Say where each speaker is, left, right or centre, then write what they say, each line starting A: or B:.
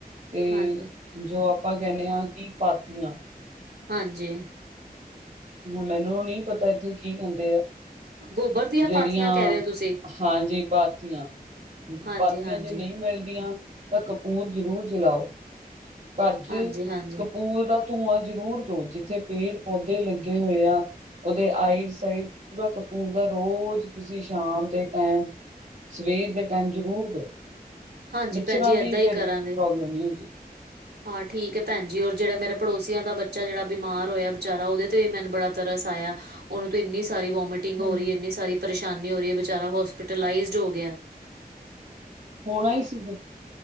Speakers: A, on the right; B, on the right.
A: ਤੇ
B: ਹਾਂਜੀ,
A: ਜੋ ਆਪਾਂ ਕਹਿੰਦੇ ਹਾਂ ਕਿ ਪਾਥੀਆਂ।
B: ਹਾਂਜੀ।
A: ਹੁ ਮੈਨੂੰ ਨਹੀਂ ਪਤਾ ਇੱਥੇ ਕੀ ਕਹਿੰਦੇ ਆ।
B: ਗੋਬਰ ਦੀਆਂ
A: ਜਿਹੜੀਆਂ
B: ਪਾਥੀਆਂ ਕਹਿ ਰਹੇ ਹੋ ਤੁਸੀਂ
A: ਹਾਂਜੀ ਪਾਥੀਆਂ,
B: ਹਾਂਜੀ-ਹਾਂਜੀ,
A: ਪਾਥੀਆਂ ਜੇ ਨਹੀਂ
B: ਹਾਂਜੀ-ਹਾਂਜੀ,
A: ਮਿਲਦੀਆਂ ਤਾਂ ਕਪੂਰ ਜਰੂਰ ਜਲਾਓ। ਘਰ ਚ
B: ਹਾਂਜੀ ਹਾਂਜੀ,
A: ਕਪੂਰ ਦਾ ਧੂੰਆਂ ਜ਼ਰੂਰ ਦੋ ਜਿੱਥੇ ਪੇੜ- ਪੌਦੇ ਲੱਗੇ ਹੋਏ ਆ। ਉਹਦੇ ਆਈਸ ਸਾਈਡ ਪੂਰਾ ਕਪੂਰ ਦਾ ਰੋਜ਼ ਤੁਸੀਂ ਸ਼ਾਮ ਦੇ ਟਾਈਮ ਸਵੇਰ ਦੇ ਟਾਈਮ ਜ਼ਰੂਰ ਦਉ,
B: ਹਾਂਜੀ
A: ਮੱਛਰਾਂ
B: ਭੈਣ ਜੀ
A: ਦੀ
B: ਏਦਾਂ ਹੀ
A: ਫੇਰ
B: ਕਰਾਂਗੇ।
A: ਪ੍ਰੋਬਲਮ ਨਹੀਂ ਹੁੰਦੀ।
B: ਹਾਂ ਠੀਕ ਹੈ ਭੈਣਜੀ ਔਰ ਜਿਹੜਾ ਮੇਰਾ ਪੜੋਸੀਆਂ ਦਾ ਬੱਚਾ ਜਿਹੜਾ ਬਿਮਾਰ ਹੋਇਆ ਵਿਚਾਰਾ ਉਹਦੇ ਤੇ ਮੈਨੂੰ ਬੜਾ ਤਰਸ ਆਇਆ ਉਹਨੂੰ ਤਾਂ ਇੰਨੀ ਸਾਰੀ ਵੋਮਿਟ ਟਿੰਗ
A: ਹਮ
B: ਹੋ ਰਹੀ ਹੈ ਇੰਨੀ ਸਾਰੀ ਪਰੇਸ਼ਾਨੀ ਹੋ ਰਹੀ ਹੈ ਵਿਚਾਰਾ ਹੋਸਪੀਟਲਾਈਜ਼ਡ ਹੋ ਗਿਆ।
A: ਹੋਣਾ ਹੀ ਸੀਗਾ।